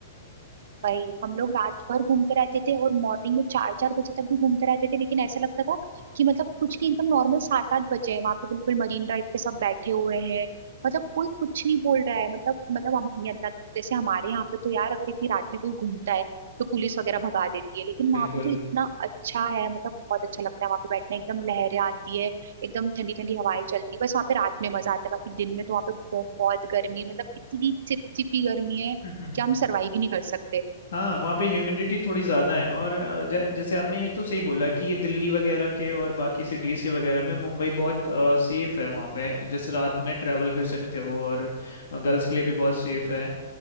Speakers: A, on the right; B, on the left.
A: वही हम लोग रात भर घूमते रहते थे और मॉर्निंग में चार चार बजे तक भी घूमते रहते थे लेकिन ऐसा लगता था कि मतलब कुछ नहीं एकदम नॉर्मल सात आठ बजे हैं वहां पे बिल्कुल मरीन ड्राइव पे सब बैठे हुए हैं मतलब कोई कुछ नहीं बोल रहा है मतलब मतलब हम ये अंदर- जैसे हमारे यहाँ पे तो यार अगर इतनी रात में कोई घूमता है तो पुलिस वगैरह भगा देती है लेकिन
B: बिल्कुल
A: वहां पे तो इतना अच्छा है मतलब बहुत अच्छा लगता है वहां पे बैठना एकदम लहरें आती है एकदम ठंडी ठंडी हवाएं चलती है बस वहां पे रात में मजा आता है बाकी दिन में तो वहां पे बहुत गर्मी मतलब इतनी चिपचिपी गर्मी है
B: <laughs>
A: कि हम सर्वाइव ही नहीं कर सकते
B: हाँ वहाँ पे ह्यूमिडिटी थोड़ी ज़्यादा है और अ, ज- जैसे आपने ये तो सही बोला कि ये दिल्ली वगैरह के और बाकी सिटीज़ के वगैरह में मुंबई बहुत सेफ़ है वहाँ पे जैसे रात में ट्रैवल कर सकते हो और गर्ल्स के लिए भी बहुत सेफ़ है